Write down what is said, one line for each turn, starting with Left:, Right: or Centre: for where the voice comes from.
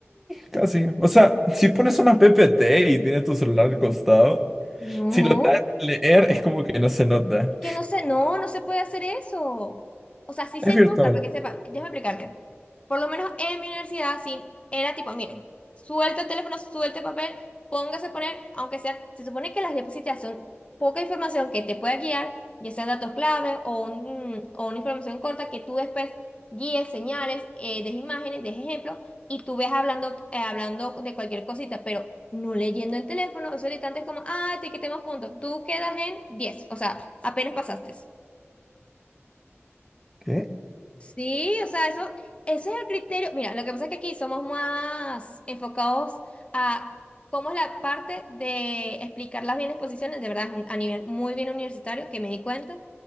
Centre: casi. O sea, si pones una PPT y tienes tu celular al costado,
Left: No,
Centre: si lo sabes leer es como que no se nota.
Left: es que no se, no, no se puede hacer eso. O sea, sí
Centre: Es
Left: se
Centre: virtual.
Left: nota, para que sepa, déjame explicarte. Por lo menos en mi universidad, sí, era tipo, miren, suelta el teléfono, suelta el papel, póngase a poner, aunque sea, se supone que las diapositivas son poca información que te pueda guiar, ya sea datos clave o, un- o una información corta que tú después guíes, señales, eh, des imágenes, des ejemplos, y tú ves hablando, eh, hablando de cualquier cosita, pero no leyendo el teléfono, eso ahorita antes como, ah, te quitemos puntos, tú quedas en diez o sea, apenas pasaste.
Centre: ¿Qué?
Left: Sí, o sea, eso, eso es el criterio. Mira, lo que pasa es que aquí somos más enfocados a cómo es la parte de explicar las bien exposiciones, de verdad, es un- a nivel muy bien universitario, que me di cuenta,